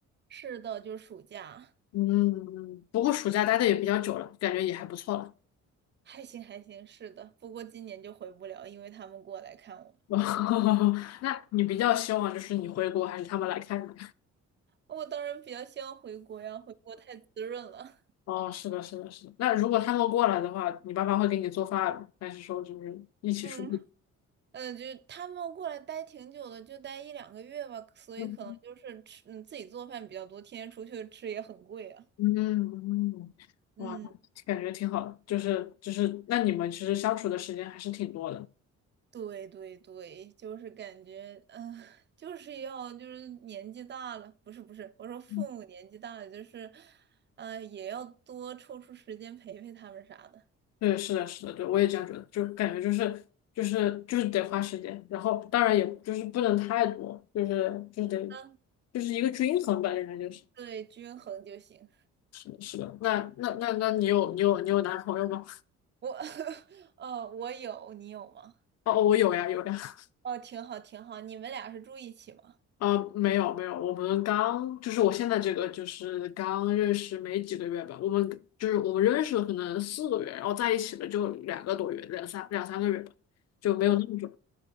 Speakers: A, on the right; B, on the left.
A: 是的，就是暑假，
B: 嗯，不过暑假待的也比较久了，感觉也还不错了。
A: 还行还行，是的，不过今年就回不了，因为他们过来看我。
B: <laughs> 那你比较希望就是你回国还是他们来看你？
A: 我当然比较希望回国呀，回国太滋润了。
B: 哦，是的，是的，是的。那如果他们过来的话，你爸妈会给你做饭吗还是说就是一起出去？
A: 嗯，<laughs> 呃，就是他们过来待挺久的，就待一两个月吧，所以可能就是吃，
B: 嗯
A: 嗯，自己做饭比较多，天天出去吃也很贵啊。
B: 嗯，
A: 嗯，
B: 哇，感觉挺好的，就是就是，那你们其实相处的时间还是挺多的。
A: 对对对，就是感觉，嗯、<laughs> 就是要就是年纪大了，不是不是，我说父母年纪大了，
B: 嗯，
A: 就是，呃，也要多抽出时间陪陪他们啥的。
B: 对，是的，是的，对，我也这样觉得，就感觉就是就是就是得花时间，然后当然也就是不能太多，就是就是得
A: 嗯，
B: 就是一个均衡吧，应该就是
A: 对，均衡就行。
B: 是的，是的。那那那那你有你有你有男朋友吗？
A: 我，<laughs> 呃，我有，你有吗？
B: 哦，我有呀，有呀。
A: 哦，挺好，挺好。你们俩是住一起吗？
B: 呃，没有没有，我们刚就是我现在这个就是刚认识没几个月吧，我们就是我们认识了可能四个月，然后在一起了就两个多月，两三两三个月吧，就没有那么久。
A: 哇，